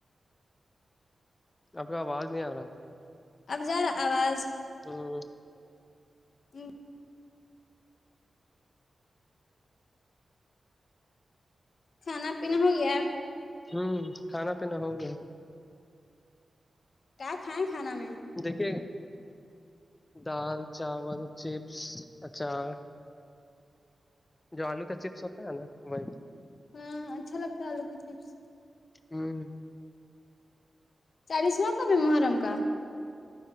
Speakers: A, on the left; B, on the left.
A: آپ کا آواز نہیں آ رہا تھا
B: اب جا رہا آواز
A: ہمم
B: جی کھانا پیینا ہوگیا
A: ہوں کھانا پینا ہو گیا
B: کیا کھائیں کھانا میں
A: دیھکے دال چاول چیپس اچار جو آلو کا چپس ہوتا ہے نا وہی
B: ہاں اچھا لگتا ہے آلو کے چپس
A: ہوں
B: چالیسواں کب ہے محرم کا